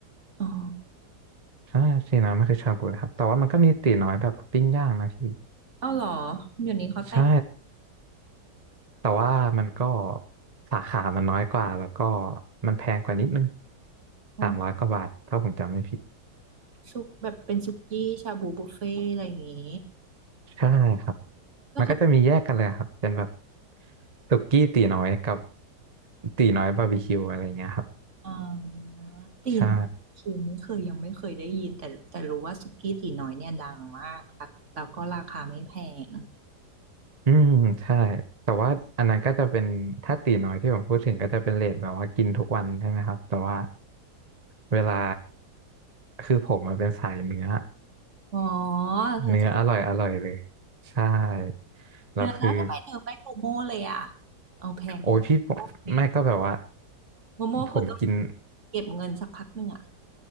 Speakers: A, on the right; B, on the right.
A: อ๋อ
B: ใช่ตีน้อยมันคือชาบูเลยครับแต่ว่ามันก็มีตีน้อยแบบปิ้งย่างนะพี่
A: เอ้าเหรอเดี๋ยวนี้เขาแต่ง
B: ใช่แต่ว่ามันก็สาขามันน้อยกว่าแล้วก็มันแพงกว่านิดนึง
A: อืม
B: สามร้อยกว่าบาทถ้าผมจำไม่ผิด
A: ซุปแบบเป็นซุกี้ชาบูบุฟเฟ่อะไรอย่างงี้
B: ใช่ครับ
A: ก็คือ
B: มันก็จะมีแยกกันเลยครับเป็นแบบสุกี้ตีน้อยกับตีน้อยบาร์บีคิวอะไรเงี้ยครับ
A: อ่าตีน้อยคือไม่เคยยังไม่เคยได้ยินแต่แต่รู้ว่าสุกี้ตีน้อยเนี่ยดังมากค่ะแล้วก็ราคาไม่แพง
B: ใช่อืมใช่แต่ว่าอันนั้นก็จะเป็นถ้าตีน้อยที่ผมพูดถึงก็จะเป็นเรทแบบว่ากินทุกวันใช่ไหมครับแต่ว่าเวลาคือผมมันเป็นสายเนื้อ
A: อ๋อเธอชอบ
B: เนื้ออร่อยอร่อยเลยใช่แล้วคือ
A: เนื้อแล้วทำไมเธอไม่โมโม่เลยอ่ะเอาแพงนะโมโม่แพง
B: โอ้ยพี่ผมแม่ก็แบบว่า
A: โมโม่คือต้อง
B: ผมกิน
A: เก็บเงินสักพักหนึ่งอ่ะ